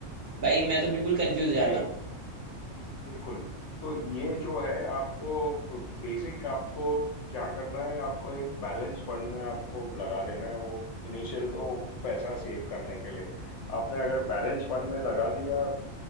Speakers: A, on the right (about 50°); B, on the left (about 70°).
A: भाई मैं तो बिल्कुल कंफ्यूज हो जाता
B: नहीं
A: हूँ
B: बिल्कुल तो ये जो है आपको बेसिक आपको क्या करना है आपको एक बैलेंस फंड में आपको लगा देना है वो इनिशियल तो पैसा सेव करने के लिए आपने अगर बैलेंस फंड में लगा दिया अ,